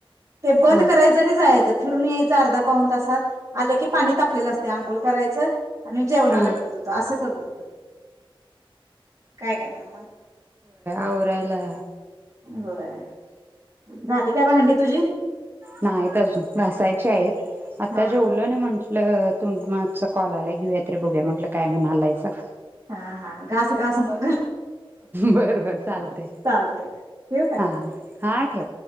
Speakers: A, on the right; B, on the right.
A: ते बद
B: हा
A: करायचं आणि जायचं. फिरून यायचं अर्धा पाऊन तासात आलं की, पाणी तापलेलं असते आंघोळ करायचं आणि जेवणाला
B: हा
A: घालत होतो असं करत होत. काय कणार म
B: ओ राहिला
A: होय. झाली काय भांडी तुझी
B: नाहीत अजून घासायची आहेत आता
A: हा
B: जेवलो
A: हा
B: आण म्हंटलं तु मा चा कॉल आलाय घेऊया तरी बघुया म्हटलं काय म्हणालायसा
A: हा हा घास घास मग
B: बर बर चालतय
A: चालतय ठेवू काय
B: हा हा ठेव.